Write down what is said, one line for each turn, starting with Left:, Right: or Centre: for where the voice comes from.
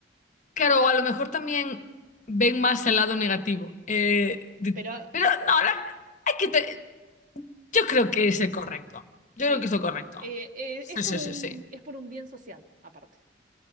Left: Claro, a lo mejor también ven más el lado negativo. eh, de-
Right: Pero
Left: pero no, la- hay que te- yo creo que es el correcto. Yo
Right: Sí.
Left: creo que es lo correcto.
Right: Eh, eh,
Left: Sí,
Right: es por
Left: sí,
Right: un,
Left: sí, sí.
Right: es por un bien social, aparte.